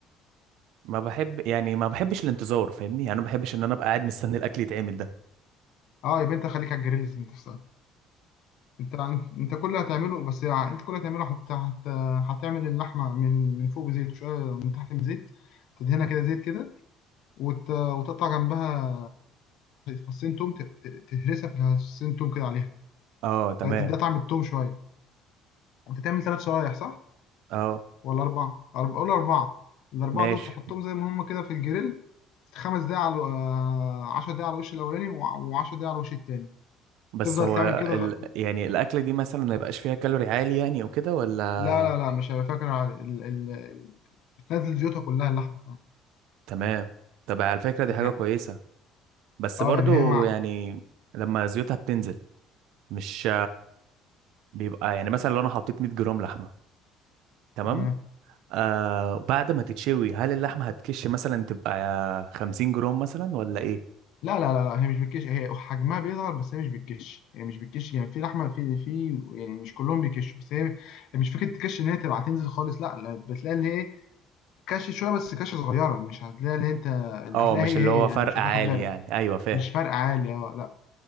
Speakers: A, on the right; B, on the left.
A: ما بحب يعني ما بحبش الانتظار فاهمني يعني انا ما بحبش ان انا ابقى قاعد مستني الاكل يتعمل ده
B: اه يبقى انت خليك على الجريل ذات نفسها انت انت كل اللي هتعمله بس يعني انت كل اللي هتعمله هت... هت... هتعمل اللحمه من من فوق بزيت شويه من تحت بزيت تدهنها كده زيت كده وت... وتقطع جنبها فصين توم ت... ت- تهرسها في فصين توم كده عليها
A: اه تمام
B: ت- تديها طعم التوم شويه انت تعمل ثلاث شرايح صح
A: اه
B: ولا اربعه أربعة قول اربعه الاربعه
A: ماشي
B: دول تحطهم زي ما هم كده في الجريل خمس دقايق على 10 دقايق على الوش الاولاني و10 دقايق على الوش التاني
A: بس
B: تفضل
A: هو
B: تعمل كده
A: ال... يعني الأكلة دي مثلا ما يبقاش فيها كالوري عالي يعني أو كده ولا
B: لا لا لا مش هبقى فاكر على ال... ال... ال- بتنزل زيوتها كلها اللحمة كمان
A: تمام طب على فكرة دي
B: يعني
A: حاجة كويسة بس
B: اه
A: برضو
B: يعني هي مع
A: يعني لما زيوتها بتنزل مش بيبقى يعني مثلا لو أنا حطيت 100 جرام لحمة تمام
B: تمام
A: آه بعد ما تتشوي هل اللحمة هتكش مثلا تبقى 50 جرام مثلا ولا إيه؟
B: لا لا لا لا هي مش بتكش هي حجمها بيصغر بس هي مش بتكش هي مش بتكش يعني في لحمة في في يعني مش كلهم بيكشوا بس هي هي مش فكرة تكش ان هي تبقى هتنزل خالص لا لا بتلاقي اللي هي كش شوية بس كش صغيرة مش هتلاقي اللي انت اللي
A: اه
B: هتلاقي
A: مش
B: هي
A: اللي
B: هي
A: هو
B: يعني
A: فرق
B: مش
A: عالي
B: هتاخد بالك
A: يعني أيوة فاهم
B: مش فرق عالي اه لا